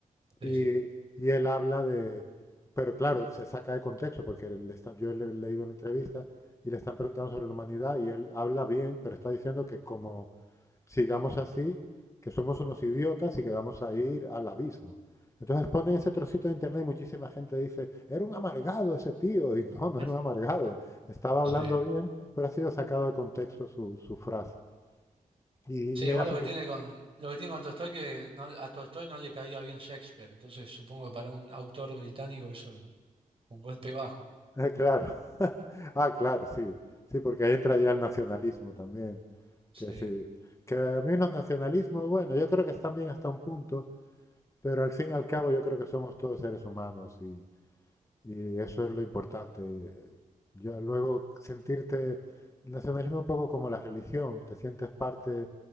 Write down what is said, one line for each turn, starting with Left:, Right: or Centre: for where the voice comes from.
Right: Sí,
Left: Y,
Right: sí.
Left: y él habla de... Pero claro, se saca de contexto, porque le están- yo le he leído una entrevista y le están preguntando sobre la humanidad y él habla bien, pero está diciendo que como sigamos así, que somos unos idiotas y que vamos a ir al abismo. Entonces ponen ese trocito de internet y muchísima gente dice, era un amargado ese tío. Y no,
Right: <laughs>
Left: no era un amargado. Estaba hablando
Right: Sí.
Left: bien, pero ha sido sacado de contexto su, su frase. Y,
Right: Sí,
Left: y
Right: igual
Left: era simple...
Right: lo que tiene con, lo que tiene con Tolstoy que no- a Tolstoy no le caía bien Shakespeare, entonces supongo que para un autor británico eso fue un golpe bajo.
Left: Claro. <laughs> ah, claro, sí. Sí, porque ahí entra ya el nacionalismo también.
Right: Sí,
Left: Que sí. Que a mí los nacionalismos, bueno, yo creo que están bien hasta un punto, pero al fin y al cabo yo creo que somos todos seres humanos y, Y eso es lo importante. Ya luego sentirte, el nacionalismo es un poco como la religión, te sientes parte